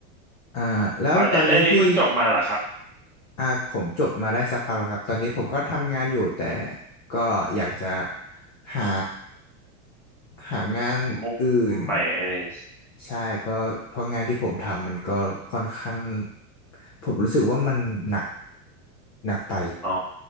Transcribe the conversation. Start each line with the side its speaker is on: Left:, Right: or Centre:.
Left: อ่าแล้วตอนนี้พี่
Centre: อ๋ออันอันนี้เพิ่งจบมาเหรอครับ
Left: อ่าผมจบมาได้สักพักแล้วครับตอนนี้ผมก็ทำงานอยู่แต่ก็อยากจะหา หางานอื่น
Centre: มุกใหม่ไอ้นี่
Left: ใช่ เพราะเพราะงานที่ผมทำมันก็ค่อนข้างผมรู้สึกว่ามันหนัก หนักไป
Centre: อ๋อ